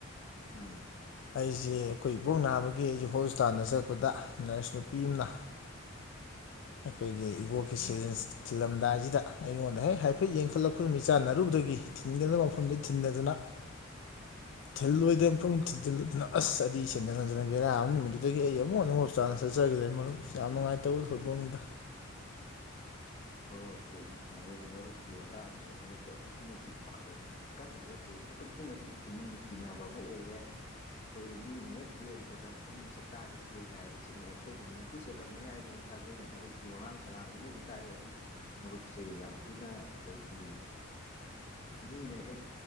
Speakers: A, on the left; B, on the left.
A: ꯎꯝ
B: ꯑꯩꯁꯦ ꯑꯩꯈꯣꯏ ꯏꯕꯣꯛ ꯅꯥꯕꯒꯤ ꯑꯩꯁꯦ ꯍꯣꯁꯄꯤꯇꯥꯜꯗ ꯆꯠꯄꯗ ꯅꯔ꯭ꯁ ꯅꯨꯄꯤ ꯑꯃꯅ ꯑꯩꯈꯣꯏꯒꯤ ꯏꯕꯣꯛꯀꯤ ꯁꯤꯔꯤꯟ꯭ꯁ ꯊꯤꯜꯂꯝꯗꯥꯏꯁꯤꯗ ꯑꯩꯉꯣꯟꯗ ꯍꯦꯛ ꯍꯥꯏꯐꯦꯠ ꯌꯦꯡꯈꯠꯂꯛꯄ ꯃꯤꯠ ꯆꯥꯟꯅꯔꯨꯕꯗꯒꯤ ꯊꯤꯟꯒꯗꯕ ꯃꯐꯝꯗꯨ ꯊꯤꯟꯗꯗꯅ ꯊꯤꯜꯂꯣꯏꯗꯕ ꯃꯐꯝ ꯊꯤꯟꯖꯤꯜꯂꯨꯗꯅ ꯑꯁ ꯑꯗꯨꯏ ꯁꯤꯟꯗꯨ ꯕꯦꯔꯥ ꯑꯃꯅꯤ ꯃꯗꯨꯗꯒꯤ ꯑꯩ ꯑꯃꯨꯛ ꯍꯟꯅ ꯍꯣꯁꯄꯤ ꯇꯥꯜꯗ ꯆꯠꯆꯈꯤꯗꯔꯦ ꯃꯔꯨꯞ ꯌꯥꯝ ꯅꯨꯡꯉꯥꯏꯇꯕ ꯊꯧꯗꯣꯛꯅꯤꯗ
A: ꯑꯣ ꯑꯣꯀꯦ ꯑꯗꯨꯕꯨ ꯃꯔꯨꯞꯀꯤ ꯋꯥꯇꯥ ꯑꯁꯤꯗꯤ ꯃꯁꯦ ꯑꯗꯨꯛꯀꯤ ꯃꯇꯤꯛ ꯄꯥꯡꯒꯜ ꯀꯟꯗ꯭ꯔꯒꯁꯨ ꯑꯗꯨꯛꯀꯤ ꯃꯇꯤꯛ ꯃꯤꯅꯥ ꯀꯤꯅꯥꯕꯥ ꯑꯃ ꯑꯣꯏꯔꯦ ꯑꯩꯈꯣꯏꯒꯤ ꯃꯤꯅ ꯍꯦꯛ ꯌꯦꯡꯕꯗ ꯐꯨꯅꯤꯡ ꯁꯛꯇꯥ ꯆꯦꯟꯂꯤ ꯍꯥꯏꯕꯁꯤꯅꯤ ꯁꯣꯏꯗꯅꯃꯛꯀꯤ ꯆꯦꯜꯂꯝꯒꯅꯤ ꯍꯥꯏꯗꯅ ꯊꯥꯖꯩ ꯃꯔꯨꯞꯀꯤ ꯋꯥꯉꯥꯡ ꯁꯉꯥꯡꯁꯤꯅꯁꯨ ꯇꯥꯛꯑꯦ ꯑꯗꯨꯝ ꯃꯔꯨꯞꯁꯦ ꯌꯥꯝ ꯊꯤꯅ ꯑꯩꯈꯣꯏꯒꯤ ꯃꯤꯅ ꯍꯦꯛ